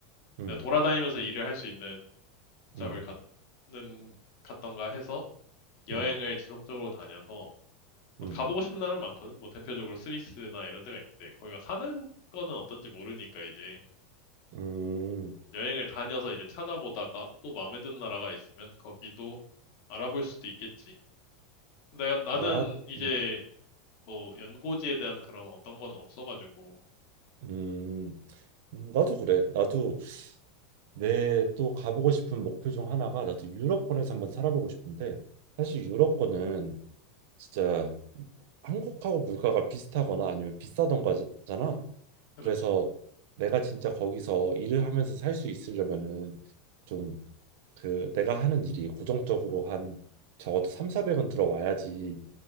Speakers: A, on the right; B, on the left.
A: 음,
B: 내가 돌아다니면서 일을 할 수 있는 잡을
A: 음,
B: 갖는, 갖던가 해서 여행을
A: 음,
B: 지속적으로 다녀서 뭐
A: 음,
B: 가보고 싶은 나라는 많거든. 뭐 대표적으로 스위스나 이런 데가 있는데 거기가 사는 거는 어떤지 모르니까 이제
A: 음,
B: 여행을 다녀서 이제 찾아보다가 또 마음에 드는 나라가 있으면 거기도 알아볼 수도 있겠지. 내가 나는
A: 나,
B: 이제
A: 음,
B: 뭐 연고지에 대한 그런 어떤 건 없어가지고
A: 음, 나도 그래. 나도 내 또 가보고 싶은 목표 중 하나가 나도 유럽권에서 한번 살아보고 싶은데 사실 유럽권은 진짜 한국하고 물가가 비슷하거나 아니면 비싸던가잖아.
B: 그렇지.
A: 그래서 내가 진짜 거기서 일을 하면서 살 수 있으려면은 좀 그 내가 하는 일이 고정적으로 한 적어도 3, 400은 들어와야지